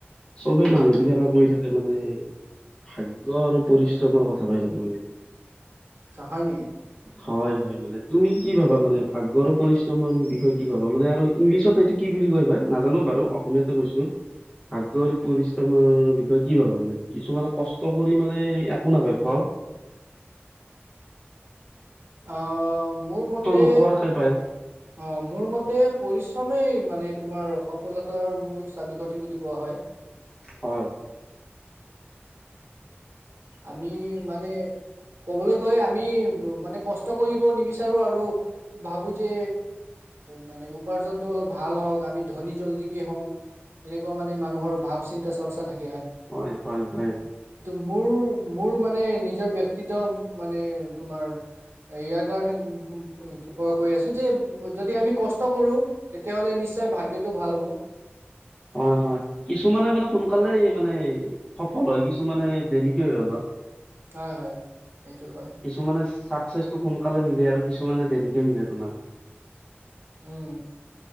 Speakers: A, on the left; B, on the right.
A: চবে মানুহ বিলাকে কৰি থাকে মানে ভাগ্য আৰু পৰিশ্ৰমৰ কথা কৈছ মানে
B: আচা হয় নেকি
A: হয় হয় মানে তুমি কি ভাবা মানে ভাগ্ৰ পৰিশ্ৰমৰ বিষয়ে কি ভাবা মানে আৰু ইংলিছত হয়টো কি বুলি কৈা নাজানো বাৰু অসমীয়াতে কৈছো ভাগ্যৰ পৰিশ্ৰমৰ বিষয়ে কি ভাব মানে কিছুমানে কষ্ট কৰি মানে একো নাপায় ফল উ
B: অ মোৰ মতে
A: নকৰাকে পায়
B: অ মোৰ মতে পৰিশ্ৰমেই মানে তোমাৰ সফলতাৰ মূল চাবিকাঠি বুলি কোৱা হয় <inaudible>
A: হয়।
B: আমি মানে ক'বলৈ গ'লে আমি মানে কষ্ট কৰিব নিবিচাৰোঁ আৰু ভাবোঁ যে। মানে উপাৰ্জনটো অলপ ভাল হওঁক আমি ধনী জলদিকে হওঁ। এনেকুৱা মানে মানুহৰ ভাৱ চিন্তা চৰ্চা থাকে
A: হয়-হয়-হয়,
B: মোৰ-মোৰ মানে নিজৰ বক্তিত্ব মানে তোমাৰ ইয়াৰ কাৰণে কি পৰা কৈ আছো যে যদি আমি কষ্ট কৰো, তেতিয়াহ'লে নিশ্চয় ভাগ্যয়টো ভাল হ'ব।
A: হয়-হয় কিছুমানে মানে সোনকালেই মানে সফল হয় কিছুমানে দেৰিকে হয় অলপ।
B: হয় হয় এইটো হয়
A: কিছুমানানে চাকচেচটো সোনকালে মিলে আৰু কিছু মানে দেৰিকে মিলে তোমাৰ।
B: উম